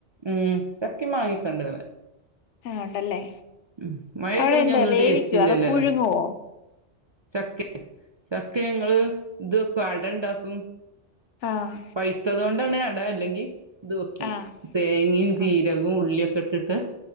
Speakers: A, on the right; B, on the left.
A: ഉം ചക്കേം മങ്ങേക്കേണ്ടിവിടെ.
B: ആഹ ഉണ്ടല്ലേ.
A: ഉം മഴ
B: അവിടെ
A: ഇതഞ്ഞ
B: എന്താ
A: ഒന്നും
B: വേവിക്കുവോ
A: ടേസ്റ്റ് ഇല്ലല്ലോല്ലേ.
B: അതോ പുഴുങ്ങുവോ
A: ചക്ക ചക്ക ഞങ്ങള് ഇത് അടണ്ടക്കും.
B: ആഹ്
A: പൈയ്തതുകൊണ്ടാണ് അ അല്ലെങ്കി ഇത് വെക്കും
B: ആഹ്
A: തേങ്ങയും ജീരകവും
B: ആഹ്
A: ഉള്ളിയ - കെട്ടിട്ട്-